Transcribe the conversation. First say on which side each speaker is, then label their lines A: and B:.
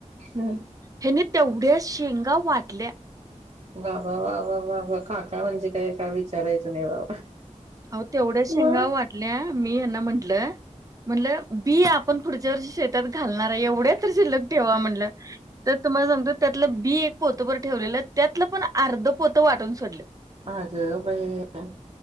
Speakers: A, on the right; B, on the right.
A: हम्म.
B: ह्यांनी तेवढ्या शेंगा वाटल्या
A: वा वा वा वा वा काका म्हणजे काय काय विचारायचं नाही बाबा
B: अहो तेवढ्या शेंगा
A: मग
B: वाटल्या मी ह्यांना म्हण टलं म्हटलं बी आपण पुढच्या वर्षी शेतात घालणार आहे एवढ्या तर शिल्लक ठेवा म्हणलं तर तुम्हाला सांगतो त्यातलं बी एक पोतं बर ठेवलेलं त्यातलं पण अर्ध पोत वाटून सोडलं.
A: अगं बाई